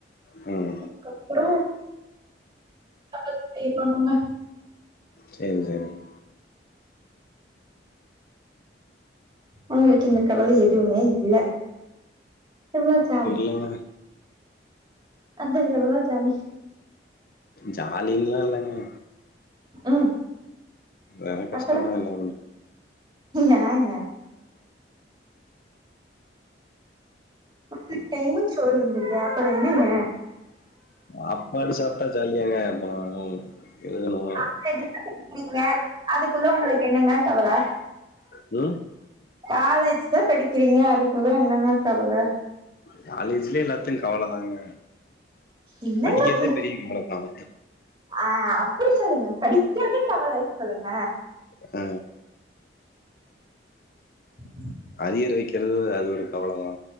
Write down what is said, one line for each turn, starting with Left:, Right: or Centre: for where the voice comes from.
Left: ம்
Right: அதுக்கப்புறோ பாப்பாக்கு பே பண்ணுங்க
Left: சேரிங் சேரிங்
Right: அவங்களுக்கு இந்த கவல எதுவுமே இல்ல எவ்ள ஆச்சு
Left: இல்லன்னா
Right: அதா எவ்ளா ஜாலி
Left: ஜாலின்லா இல்லங்க
Right: ம்
Left: என கஷ்டந்தா
Right: அப்புறோ
Left: எல்லா பண்
Right: ஏங்க அந்த டைமுக்கு சோறு வந்துருது அப்புறோ என்னங்க
Left: சாப்பாடு சாப்ட்டா ஜாலியாங்க எந்த நாளும் எதுனாலு
Right: <inaudible> அதுக்குள்ள உங்களுக் என்னங்க கவல
Left: ம்
Right: காலேஜ் தா படிக்கிறீங்க அதுக்குள்ள என்னங்க கவல
Left: காலேஜ்லே எல்லாத்துக் கவல தாங்க
Right: என்னங்க
Left: படிக்கிறதே
Right: <inaudible>
Left: பெரிய கவல தான்
Right: ஆ அப்டி சொல்லுங்க படிக்குறதுக் கவலனு சொல்லுங்க
Left: அ
Right: <inaudible>
Left: அரியர் வைக்கிறது அது ஒரு கவல தா